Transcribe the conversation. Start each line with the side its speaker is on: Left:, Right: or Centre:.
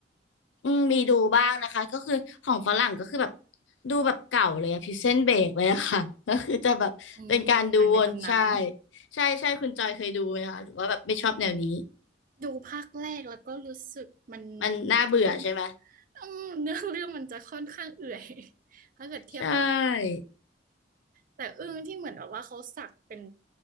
Left: อืมมีดูบ้างนะคะ ก็คือของฝรั่งก็คือแบบดูแบบเก่าเลยอะพิเซนเบกเลยอะค่ะ <laughs> ก็คือจะแบบเป็นการดูวนใช่
Right: อืมหนังในตำนาน
Left: ใช่ใช่คุณจอยเคยดูไหมคะ หรือว่าแบบไม่ชอบแนวนี้
Right: ดูภาคแรกแล้วก็รู้สึกมัน
Left: มันน่าเบื่อใช่ไหม
Right: ค่อน <laughs> อืมเนื้อเรื่องมันจะค่อนข้างเอื่อย <laughs> ถ้าเกิดเทียบกับ
Left: ใช่
Right: แต่อึ้งที่เหมือนแบบว่าเขาสักเป็น